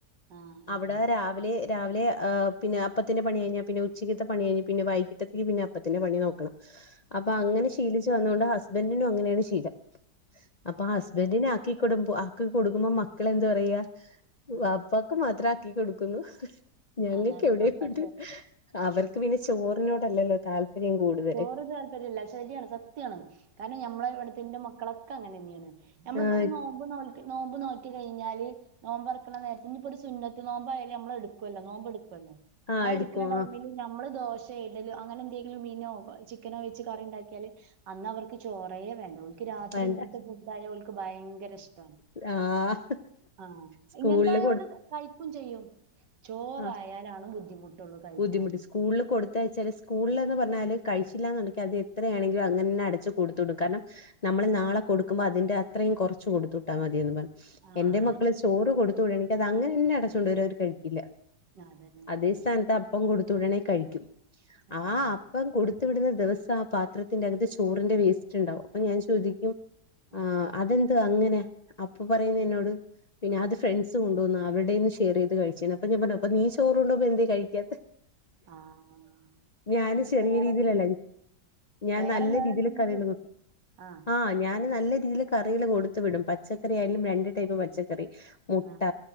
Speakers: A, on the right (about 85°); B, on the left (about 70°).
A: ആഹ് ആഹ്
B: അവിടെ രാവിലെ രാവിലെ ഏ പിന്നെ അപ്പത്തിന്റെ പണി കഴിഞ്ഞാൽ പിന്നെ ഉച്ചക്കത്തെ പണി കഴിഞ്ഞിട്ട് പിന്നെ വൈകിട്ടേക്ക് പിന്നെപ്പത്തിന്റെ പണി നോക്കണം അപ്പൊ അങ്ങനെ ശീലിച്ചു വന്നൊണ്ട് ഹസ്ബൻറിനും അങ്ങനെയാണ് ശീലം അപ്പൊ
A: അത്
B: ആ
A: ഭയങ്കര
B: ഹസ്ബൻഡിനെ ആക്കി ആക്കി കൊടുക്കുമ്പോ മക്കളെന്ത് പറയാ
A: ആഹ്
B: വാപ്പക്ക്മാത്രം ആക്കി കൊടുക്കുന്നു ഞങ്ങൾക്ക്
A: അതാണ്
B: എവിടെയുണ്ട്
A: മക്കൾ
B: അവർക്ക് പിന്നെ ചോറിനോടല്ലല്ലോ താല്പര്യം കൂടുതല്
A: ചോറ് താല്പര്യം ഇല്ല ശരിയാണ് സത്യാണ് കാരണം ഞമ്മളെ ഇവിടുത്തെ എന്റെ മക്കളൊക്കെ അങ്ങനെ ന്നെയാണ് നമ്മളിപ്പോ
B: ആഹ്
A: ഒരു നോബ് നോ നോമ്പ് നോക്കി കഴിഞ്ഞാല് നോമ്പ്റക്കുള്ള നേരത്തി ഇനിപ്പോ ഒരു സുന്നത്ത് നോമ്പായാലും നമ്മള എടുക്കുല്ലോ നോമ്പ് എടുക്ക
B: ആഹ്
A: ആ
B: എടുക്കും
A: എടുക്കണ ടൈമില്
B: ആഹ്
A: നമ്മള് ദോശ ഇഡ്ഡലിഅങ്ങനെ എന്ത മീനോ ചിക്കനോ വെച്ച് കറി ഉണ്ടാക്കിയാല് അന്ന് അവർക്ക് ചോറേ വേണ്ട രാത്രി
B: വേണ്ട
A: ഇങ്ങനത്തെ ഫുഡ് ആയ ഓല്ക് ഭയങ്കര ഇഷ്ട്ട
B: ആഹ്
A: ആ
B: സ്കൂളില്
A: ഇങ്ങനത്തെ ആയോണ്ട് കഴിക്കും ചെയ്യും ചോറായാലാണ്
B: ആ
A: ബുദ്ധിമുട്ടുള്ളൂ കഴിക്കാന്.
B: ബുദ്ധിമുട്ട് സ്കൂളില് കൊടുത്തയച്ചാല് സ്കൂളിൽ <unintelligible> ല് കഴിച്ചില്ലന്ന് അത് എത്രയാണെങ്കിലും അങ്ങനെ തന്നെ അടു കൊടുത്തു വിടും കാരണം നമ്മള് നാളെ കൊടുക്കോ അ ന്റെ അത്രയും കുറച്ച് കൊടുത്തട്ടാ മതിയന്ന് പറഞ്ഞു
A: ആഹ്
B: എന്റെ മക്കള്
A: ആഹ്
B: ചോറ് കൊടുത്തുട എനിക്ക അത് അങ്ങനെന്നെ അടച്ചൊണ്ട് വരും അവർ കഴിക്കില്ല
A: അതന്നെ ഞാൻ
B: അതേ
A: പറഞ്ഞത്
B: സ്ഥാനത്ത് അപ്പം കൊടുത്തു വിടണേ കഴിക്കും
A: ആഹ്
B: ആ അപ്പം കൊടുത്തു വിടുന്ന ദിവസം ആ പാത്രത്തിന്റെകത്ത് ചോറിന്റെ വേസ്റ്റ് ഇണ്ടാവും അപ്പൊ ഞാൻ ചോദിക്കും
A: ആഹ്
B: ആ അതെന്ത് അങ്ങനെ അപ്പൊ പറയുന്ന എന്നോട് പിന്നെ
A: ഉം
B: ആദ്യ ഫ്രണ്ട്സും <unintelligible> ന്ന് അവരുടെന്ന് ഷെയർ ചെയ്ത് കഴിച്ചാണ് അപ്പ ഞാ പറഞ്ഞ നീ ചോറ് കൊണ്ടോ എന്തെ കഴിക്കാത്ത
A: ആഹ്
B: ഞാന്
A: അത്
B: ചെറിയ
A: വേറെല്ല
B: രീതിയിലല്ല ഞാൻ
A: വേറെല്ലോരട്ത്ത്ന്ന്
B: നല്ല രീതിയിൽ കറി
A: കിട്ടും ആഹ്
B: ആ ഞാന് നല്ല രീതിയിൽ കറി എന്തെങ്കിലും കൊടുത്ത് വിടും പച്ചക്കറി ആയാലും രണ്ട് ടൈപ്പ് പച്ചക്കറി മുട്ട
A: ആഹ്